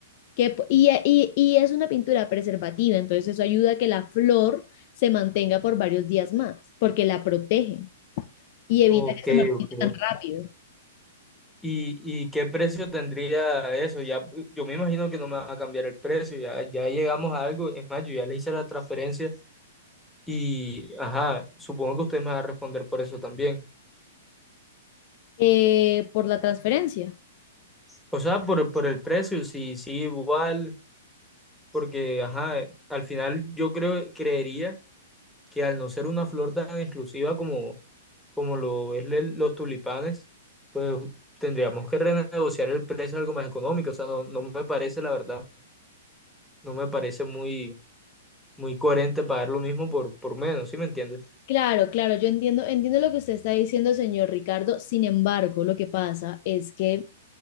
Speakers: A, on the left (about 45°); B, in the centre.
A: Que, po- y, y- y es una pintura preservativa, entonces eso ayuda a que la flor se mantenga por varios días más, porque la protege y evita
B: Ok,
A: que se marchite
B: ok.
A: tan rápido
B: ¿Y, y qué precio tendría eso? Ya, yo me imagino que no me van a cambiar el precio, ya, ya llegamos a algo. Es más, yo ya le hice la transferencia Y, ajá, supongo que usted me va a responder por eso también.
A: eh, por la transferencia.
B: O sea, por, el- por el precio, sí, sí, igual, porque, ajá, al final yo creo, creería que al no ser una flor tan exclusiva como, como lo es el- los tulipanes, pues tendríamos que renegociar el precio algo más económico. O sea, no, no me parece, la verdad, no me parece muy, muy coherente pagar lo mismo por, por menos, ¿sí me entiendes
A: Claro, claro, yo entiendo, entiendo lo que usted está diciendo, señor Ricardo. Sin embargo, lo que pasa es que